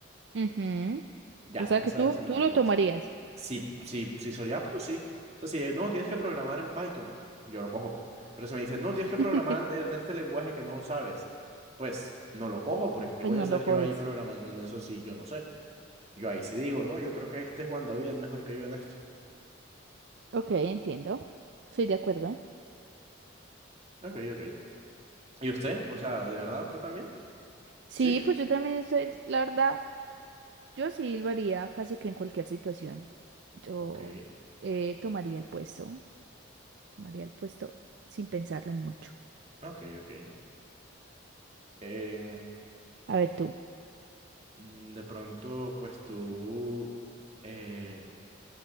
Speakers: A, on the right; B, on the right.
A: ujú.
B: Ya,
A: O sea
B: esa,
A: que tú,
B: esa es
A: tú
B: mi respuesta.
A: lo tomarías.
B: Si, si, si soy apto, sí. O sea, si es, no, tienes que programar en Python, yo lo cojo. Pero si me dicen, no,
A: <laughs>
B: tienes que programar en este lenguaje que no sabes, pues no lo cojo, porque ¿qué
A: Pues
B: voy
A: no
B: a hacer
A: lo
B: yo
A: coges.
B: ahí programando en eso si yo no sé? Yo ahí sí digo, no, yo creo que este Juan David es mejor que yo en esto.
A: Ok, entiendo. Estoy de acuerdo.
B: Ok, ok. ¿Y usted? O sea, ¿de verdad usted también?
A: Sí,
B: Sí.
A: pues yo también estoy, la verdad, yo sí silbaría casi que en cualquier situación. Yo
B: Ok.
A: eh, tomaría el puesto, tomaría el puesto sin pensarlo mucho.
B: Ok, ok. Eh,
A: A ver tú.
B: mm, de pronto, pues tú, eh,